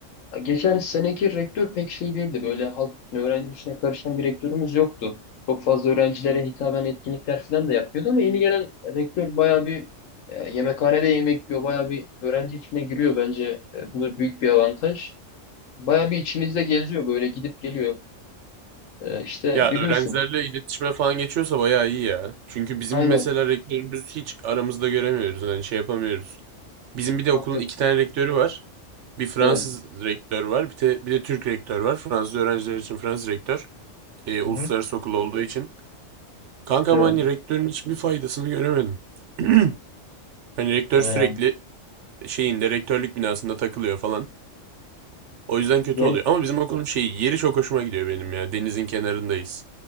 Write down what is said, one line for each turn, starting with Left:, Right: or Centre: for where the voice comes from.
Left: Geçen seneki rektör pek şey değildi. Böyle halk öğrenci işine karışan bir rektörümüz yoktu. Çok fazla öğrencilere hitaben etkinlikler falan da yapıyordu ama yeni gelen rektör bayağı bir e, yemekhanede yemek yiyor. Bayağı bir öğrenci içine giriyor bence. E, bu da büyük bir avantaj. Bayağı bir içimizde geziyor böyle gidip geliyor. E, işte
Right: Ya
Left: biliyorsun.
Right: öğrencilerle iletişime falan geçiyorsa bayağı iyi ya. Çünkü bizim
Left: Aynen.
Right: mesela rektörümüz hiç aramızda göremiyoruz. Hani şey yapamıyoruz. Bizim bir de
Left: Yok
Right: okulun
Left: yok.
Right: iki tane rektörü var. Bir Fransız
Left: Evet.
Right: rektör var. Bir de, bir de Türk rektör var. Fransız öğrenciler için Fransız rektör. Ee,
Left: Hı
Right: uluslararası
Left: hı.
Right: okul olduğu için. Kankam
Left: Evet.
Right: hani rektörün hiçbir faydasını göremedim. <clears throat> Hani rektör
Left: Ha.
Right: sürekli şeyinde rektörlük binasında takılıyor falan. O yüzden kötü
Left: Yani,
Right: oluyor. Ama bizim okulun şeyi yeri çok hoşuma gidiyor benim ya. Denizin kenarındayız.